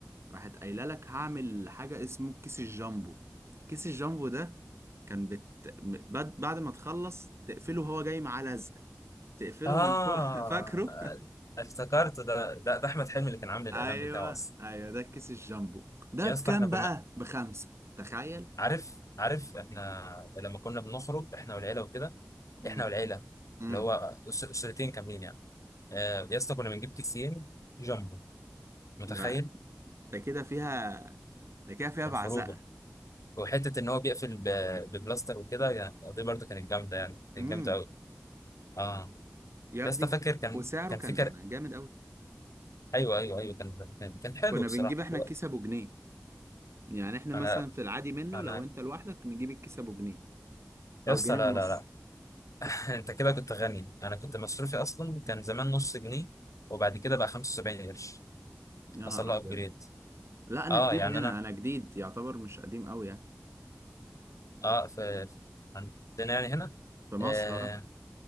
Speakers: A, on the right; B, on the left.
A: راحت قايله لك هعمل حاجه اسمه كيس الجامبو كيس الجامبو ده كان بت... م- بعد بعد ما تخلص تقفله وهو جاي معاه لزق تقفله
B: اه
A: من فوق <laughs> فاكره
B: افتكرت ده ده, ده احمد حلمي اللي كان عامل الاعلان
A: ايوه
B: بتاعه اصلا
A: ايوه ده الكيس الجامبو ده
B: يا
A: بكام
B: اسطى احنا كنا
A: بقى بخمسة تخيل
B: عارف عارف احنا لما كنا بنخرج احنا والعيله وكده
A: امم
B: احنا والعيله
A: امم
B: اللي هو أس- اسرتين كاملين يعني آه يا اسطى كنا بنجيب كيسين جامبو متخيل
A: ده ده كده فيها ده كده فيها
B: من
A: بعزقة
B: خروجه وحته ان هو بيقفل ب- ببلاستر وكده يعني دي برضه كانت جامده يعني كانت
A: امم
B: جامده اه
A: يا
B: يا
A: ابني
B: اسطى فاكر كان
A: وسعره
B: كان
A: كان
B: فكر
A: جامد قوي
B: ايوه ايوه ايوه كان كان, كان حلو
A: كنا
B: بصراحه
A: بنجيب احنا
B: دلوقتي
A: الكيس ابو جنيه يعني احنا
B: انا
A: مثلا في العادي منه
B: انا
A: لو انت لوحدك نجيب الكيس ابو جنيه
B: يا
A: او
B: اسطى
A: جنيه
B: لا
A: ونص
B: لا لا <laughs> انت كده كنت غني انا كنت مصروفي اصلا كان زمان نص جنيه وبعد كده بقى 75 قرش
A: يا
B: حصل
A: نهار
B: له
A: ابيض
B: ابجريد
A: لا انا
B: اه
A: جديد
B: يعني
A: هنا
B: انا
A: انا جديد يعتبر مش قديم قوي يعني
B: اه في في- عندنا يعني هنا
A: في مصر
B: آه
A: اه